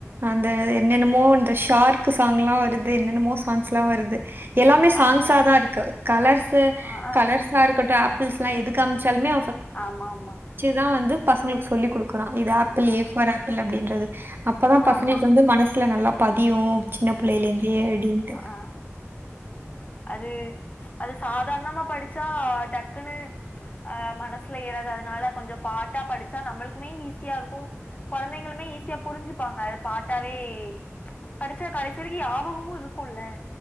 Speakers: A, on the right (about 45°); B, on the left (about 30°).
A: அந்த என்னென்னமோ இந்த ஷார்க்கு சாங்ல்லா வருது என்னென்னமோ சாங்ஸ்ல்லா வருது எல்லாமே சாங்ஸா
B: ஆமாமா.
A: தா இருக்கு கலர்ஸு
B: ஆ ஆ
A: கலர்ஸா இருக்கட்டு ஏ பிள்ஸ்ல்லா எது காம்ச்சால்மே
B: ஆமா ஆமா
A: இதா வந்து பசங்களுக்கு சொல்லி குடுக் குறோ இது
B: ம்
A: ஆப்பிள்
B: ம்
A: ஏ ஃபார் ஆப்பிள் அப்டின்றது அப்ப தா பசங்களுக்கு
B: ஆமா
A: வந்து மனஸ் சுல நல்லா பத் ப்டியு சின்ன புள்ளைலருந்தே அட்டின்ட்டு
B: ஆஹ் அது அது சாதார்ணமா படிச்சா டக்குன்னு அஹ் மனஸ்ல ஏறாது அதுனால கொஞ்சோ பாட்டா படிச்சா நம்மள்க்குமே ஈஸியா இருக்கு கொழந்தைங்களுமே ஈஸியா புரிஞ்சுப்பாங்க அதப் பாட்டாவே படிச்சா கடைசி வரிக்கு யாபகமு இருக்குல்ல